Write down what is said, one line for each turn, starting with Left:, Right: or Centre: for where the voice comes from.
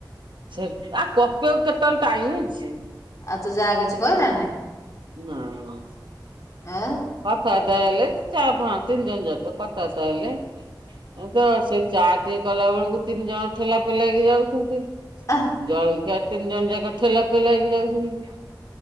Right: ସେ ଆଉ କପେଇକୁ କେତେବେଳେ ଟାଇମ ଅଛି।
Left: ଆଉ ତୁ ଯାଆ କିଛି କହିଲାନି।
Right: ନାଇଁ ମାଉସୀ।
Left: ଆ।
Right: କଥାବାର୍ତ୍ତା ହେଲେ ସେ ଚାର ପା ତିନି ଜଣ ଯାକ କଥାବାର୍ତ୍ତା ହେଲେ ମୁଁ ତ ସେ ଚାଆ ଟିକେ କଲା ବେଳକୁ ତିନି ଜଣ ଠେଲା ପେଲା ହେଇକି ଯାଉଚନ୍ତି।
Left: ହଁ
Right: ଜଳଖିଆ ତିନି ଜଣ ଯାକ ଠେଲା ଫେଲା ହେଇକି ଯାଉଛନ୍ତି।